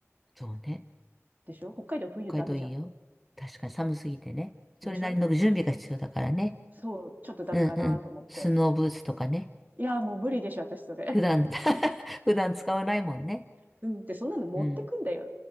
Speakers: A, in the centre; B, on the right.
A: そうね。
B: でしょ北海道冬ダメじゃん。
A: 北海道いいよ。確かに寒すぎてね。それなりの準備が必要だからね。
B: でしょそう、ちょっとダメかなと思って。
A: うんうん。スノーブーツとかね。
B: いや、もう無理でしょ、私それ。
A: 普段 <laughs> 普段使わないもんね。
B: <laughs> うんって、そんなの持ってくんだよ。
A: うん。